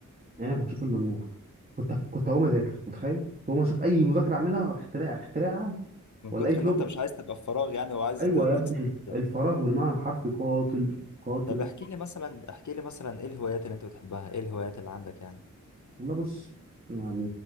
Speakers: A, on the right; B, on the left.
A: يعني انا كنت اشوف الا النور كنت كنت هقوم اذاكر متخيل كنت هقوم اشوف اي مذاكره اعملها اختراع اختراع
B: من
A: ولا
B: كتر
A: اي
B: ان
A: شغل
B: انت مش عايز تبقى في فراغ يعني وعايز
A: ايوه
B: ت- تكسر
A: يا ابني
B: ده.
A: الفراغ بالمعنى الحرفي قاتل قاتل
B: طب احكي لي مثلا احكي لي مثلا ايه الهوايات اللي انت بتحبها ايه الهوايات اللي عندك يعني
A: والله بص يعني